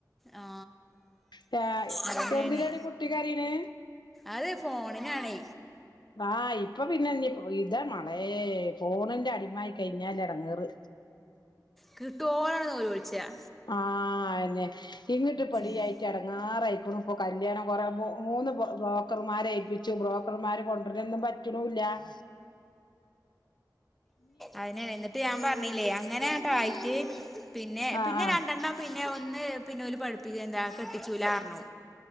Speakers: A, in the centre; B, on the left.
A: ആ
B: ചായ്
A: അതന്നെയാണേ
B: എന്തിനാണ് കുട്ടി കരയണ്?
A: അത് ഫോണിനാണെ?
B: ആഹ് ഇപ്പൊ പിന്നെ ഇ ഇതാ മളേ ഫോണിന്റെ അടിമായി കഴിഞ്ഞാല് ഇടങ്ങേറ്
A: കിട്ട്വോന്ന്ചോയിച്ചേയ-
B: ആഹ് അതന്നെ ഇങ്ങിട്ട് പടിയായിട്ട്
A: ഉം
B: അടങ്ങാറായ്ക്കണു ഇപ്പൊ കല്യാണം കൊറെ മൂ മൂന്ന് ബ്രോക്കർമാരെ ഏൽപ്പി ച്ചു ബ്രോക്കർമാർ കൊണ്ടരൊന്നും പറ്റണുല്ല. <inaudible>
A: അതന്നെ എന്നിട്ട് ഞാൻ പറഞ്ഞില്ലേ അങ്ങനാട്ടോ ആയിട്ട് പിന്നെ
B: ആഹ്
A: പിന്നെ രണ്ടെണ്ണം പിന്നെ ഒന്ന് പിന്നോല് പഠിപ്പിക്ക എന്താ കെട്ടിച്ചൂലാണാറഞ്ഞു